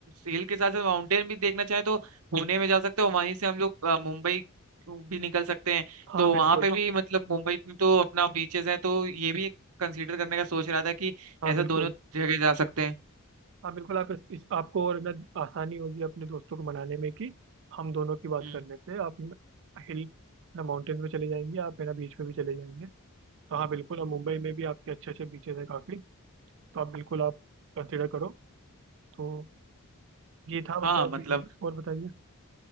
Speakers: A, on the right; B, on the right.
A: हिल के साथ साथ माउंटेन भी देखना चाहें तो पुणे में जा सकते हो वहीं से हम लोग अ, मुंबई भी निकल सकते हैं
B: हाँ
A: तो
B: बिल्कुल
A: वहां पे भी मतलब मुंबई में तो अपना बीचेस हैं तो ये भी कंसीडर करने का सोच रहा था कि
B: हाँ
A: ऐसा
B: बिल्कुल
A: दोनों जगह जा सकते हैं
B: हाँ बिल्कुल आप इस, इस आपको और ना आसानी होगी अपने दोस्तों को मनाने में कि हम दोनों की बात
A: हम्म
B: कर लेते हैं आप हिल ना माउंटेन पे चले जाएंगे आप मेरा बीच पे भी चले जाएंगे तो हाँ बिल्कुल और मुंबई में भी आपके अच्छे अच्छे बीचेस हैं काफ़ी तो आप बिल्कुल आप कंसिडर करो तो ये था
A: हाँ
B: मतलब
A: मतलब
B: अभी और बताइए